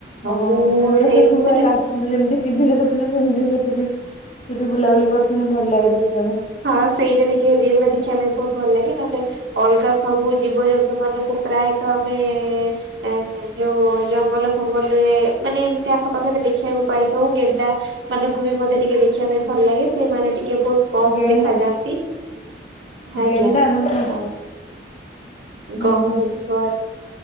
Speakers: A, on the left (about 40°); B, on the right (about 75°).
A: ହଁ
B: ମୁଁ
A: ସେଇଗୁଡା
B: ସେଇ
A: ସବୁ
B: ଜିନିଷଟା
A: ପୁରା ଏକା। ଆମେ ଯେମିତି ଟିଭି ରେ ଦେଖୁଛୁ ସେମିତି ସେଠି ବି ସେଠି ବୁଲାବୁଲି କରୁଛନ୍ତି। ଭଲ ଲାଗେ ଦେଖିବା ପାଇଁ
B: ହଁ ସେଇଟା ଟିକେ ରିଅଲରେ ଦେଖିବା ପାଇଁ ବହୁତ ଭଲ ଲାଗେ ନହଲେ ଅଲଗା ସବୁ ଜୀବଜନ୍ତୁ ମାନଙ୍କୁ ପ୍ରାୟତଃ ଆମେ ଏଁ ଯୋଉ ଜଙ୍ଗଲ ଫଙ୍ଗଲରେ ମାନେ ଏମିତି ଆଖପାଖରେ ଦେଖିବାକୁ ପାଇଥାଉ ଗେଣ୍ଡା ସେମାନଙ୍କୁ ବି ମତେ ଟିକେ ଦେଖିବା ପାଇଁ ଭଲ ଲାଗେ। ସେମାନେ ଟିକେ ବହୁତ କମ୍
A: ଗେଣ୍ଡା
B: ଦେଖାଯାଆନ୍ତି ଆଜ୍ଞା
A: ଗେଣ୍ଡା ନା କଣ?
B: ହଁ।
A: ହୁଁ
B: କହମ୍
A: ହୁଁ
B: <inaudible>